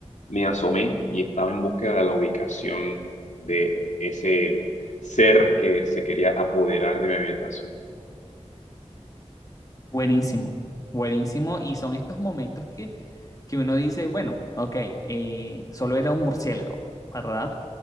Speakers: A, on the left; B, on the left.
A: me asomé y estaba en búsqueda de la ubicación de ese ser que se quería apoderar de mi habitación.
B: Buenísimo, buenísimo. Y son estos momentos que, que uno dice, bueno, ok, eh, solo era un murciélago, ¿verdad?